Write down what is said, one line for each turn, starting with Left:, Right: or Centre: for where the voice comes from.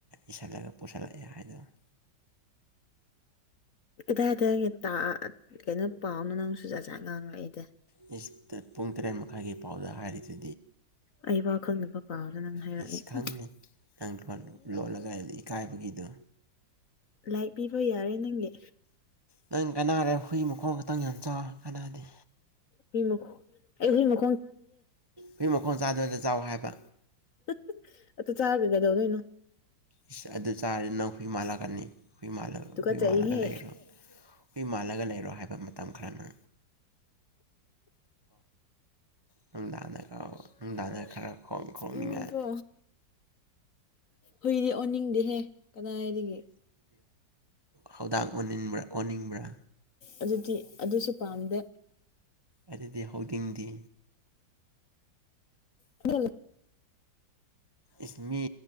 Right: ꯏꯜꯂꯒ ꯄꯨꯁꯤꯜꯂꯛꯑꯦ ꯍꯥꯏꯗꯅ
Left: ꯑꯣ ꯀꯗꯥꯏ ꯀꯗꯥꯏꯒ ꯀꯩꯅꯣ ꯄꯥꯎꯅꯣ ꯅꯪꯁꯨꯨ ꯖꯥꯠꯖꯠ ꯉꯥꯡꯂꯛꯏꯗ
Right: ꯏꯁ ꯄꯨꯡ ꯇꯔꯦꯠ ꯃꯈꯥꯏꯒꯤ ꯄꯥꯎꯗ ꯍꯥꯏꯔꯤꯁꯤ
Left: ꯑꯩ ꯋꯥꯈꯜꯅꯕ ꯄꯥꯕꯒ ꯅꯪ ꯍꯥꯏꯔꯛꯑꯦ
Right: ꯏꯁ ꯈꯪꯉꯦ
Left: ꯎ
Right: ꯅꯪ ꯂꯣꯜꯂꯒ ꯏꯀꯥꯏꯕꯒꯤꯗꯣ
Left: ꯂꯥꯏꯛ ꯄꯤꯕ ꯌꯥꯔꯦ ꯅꯪꯒꯤ
Right: ꯅꯪ ꯀꯅꯥꯔꯦ ꯍꯨꯏ ꯃꯈꯣꯡ ꯈꯛꯇꯪ ꯌꯥꯝ ꯆꯥꯎꯦ ꯀꯅꯥꯗꯤ
Left: ꯍꯃ ꯑꯦ ꯍꯃ
Right: ꯍꯣꯏ ꯃꯈꯣꯡ ꯆꯥꯗꯕꯗ ꯆꯥꯎ ꯍꯥꯏꯕ
Left: <unintelligible> ꯀꯩꯗꯧꯗꯣꯏꯅꯣ
Right: ꯏꯁ ꯑꯗꯨ ꯆꯥꯔꯗꯤ ꯅꯪ ꯍꯨꯏ ꯃꯥꯜꯂꯛꯀꯅꯤ ꯍꯨꯏ
Left: ꯇꯨꯀꯠꯆꯩꯍꯦ
Right: ꯍꯨꯏ ꯃꯥꯜꯂꯒ ꯂꯩꯔꯣ ꯍꯨꯏ ꯃꯥꯜꯂꯒ ꯂꯩꯔꯣ ꯍꯥꯏ ꯍꯥꯏꯕ ꯃꯇꯝ ꯈꯔꯅ ꯅꯨꯡꯗꯥꯡ ꯅꯨꯡꯗꯥꯡꯅ ꯈꯔ ꯈꯣꯛꯅꯤꯡꯉꯥꯏ
Left: ꯎꯝ ꯀꯣ ꯍꯨꯏꯗꯤ ꯑꯣꯟꯅꯤꯡꯗꯦꯍꯦ ꯀꯅꯥꯔꯤꯒꯦ
Right: ꯍꯧꯗꫭꯡ ꯑꯣꯅꯤꯡꯕ꯭ꯔ ꯑꯣꯟꯅꯤꯡꯕ꯭ꯔꯥ
Left: ꯑꯗꯨꯗꯤ ꯑꯗꯨꯁꯨ ꯄꯥꯝꯗꯦ
Right: ꯑꯗꯨꯗꯤ ꯍꯧꯗꯤꯡꯗꯤ
Left: ꯍꯣ
Right: ꯏꯁ ꯃꯤ